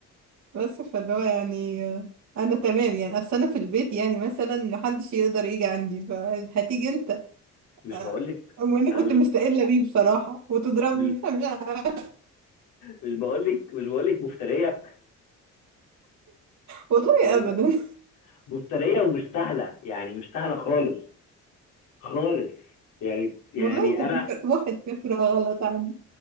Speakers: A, on the right; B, on the left.
A: بس فاللي هو يعني آه، انا تمام يعني اصل انا في البيت يعني مثلا محدش يقدر يجي عندي فهتيجي انت
B: مش
A: آه،
B: بقول لك
A: وانا
B: انا
A: كنت
B: مش
A: مستقلة بيه بصراحة وتضربني
B: مش
A: فمش عارفة
B: مش بقول لك مش بقول لك مفتريه
A: والله
B: والله
A: ابدا
B: مفتريه ومش سهله يعني مش سهله خالص خالص يعني
A: <laughs>
B: يعني
A: والله انت
B: انا
A: فاكر واحد فكرة غلط عندي